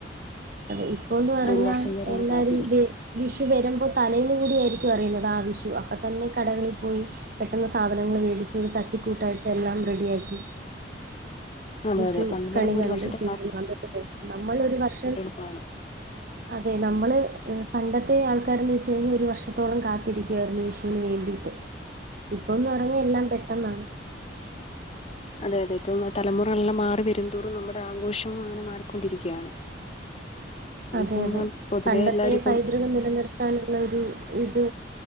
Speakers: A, on the right; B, on the left.
A: അതെ ഇപ്പൊന്ന് പറഞ്ഞാൽ
B: ഒരു വർഷം വരെയാണ്
A: എല്ലാരും
B: കാത്തിരിക്കും
A: വെ വിഷു വരുമ്പോ തലെന്നായിരിക്കും അറിയുന്നേ ആഹ് വിഷു അപ്പൊ തന്നെ കടകളിൽ പോയി പെട്ടെന്ന് സാധനങ്ങള് വേടിച്ച് ഒരു തട്ടിക്കൂട്ടായിട്ട് എല്ലാം റെഡിയാക്കി
B: അതെ
A: വിഷു
B: അതെ പണ്ട് പറയുമ്പോ
A: കണി കണ്ട്
B: ഒരു വർഷത്തെ
A: തിന്ന് അന്നത്തെ ദിവസം നമ്മള് ഒരു വർഷം
B: പ്പാണ്
A: അതെ നമ്മള് പണ്ടത്തെ ആൾക്കാരന്ന് വെച്ച് കഴിഞ്ഞാ ഒരു വർഷത്തോളം കാത്തിരിക്കുവായിരുന്നു വേണ്ടീട്ട് ഇപ്പൊന്ന് പറഞ്ഞാ എല്ലാം പെട്ടെന്നാണ്
B: അതെ അതെ ഇപ്പം തലമുറളെല്ലാം മാറി വെരുന്തോറും നമ്മുടെ ആഘോഷവും അങ്ങനെ മാറിക്കൊണ്ടിരിക്കുകയാണ്
A: അതെ
B: ഇപ്പം
A: അതെ
B: പൊതുവെ
A: പണ്ടത്തെ
B: എല്ലാവരും ഇപ്പം
A: പൈ നില നിർത്താനുള്ള ഒരു ഇത്